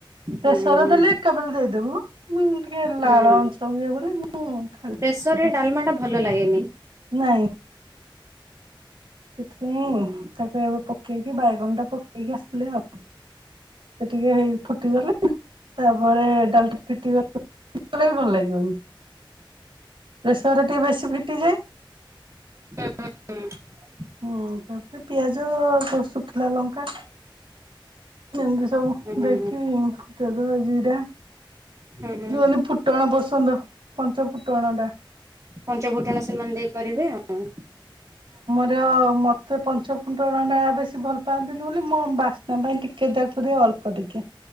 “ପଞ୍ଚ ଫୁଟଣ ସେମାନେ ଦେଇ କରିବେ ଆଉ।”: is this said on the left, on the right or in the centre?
Right